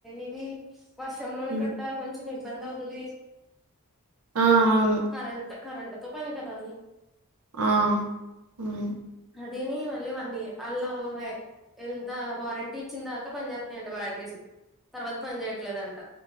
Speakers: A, in the centre; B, on the right.
A: ఇవి వర్షంలోని
B: హ్మ్
A: గట్ట కొంచెం ఇబ్బంది అవుతది
B: ఆ! అవును.
A: కరెంట్ కరెంట్తో పని కదా
B: ఆ! అవును.
A: అది దీని మళ్ళీ వన్ ఇయర్ వాళ్ళు ఎంత వారంటీ ఇచ్చిన దాకా పని చేేస్తున్నాయింట బ్యాటరీస్ తర్వాత పని చేేయట్లేదుంట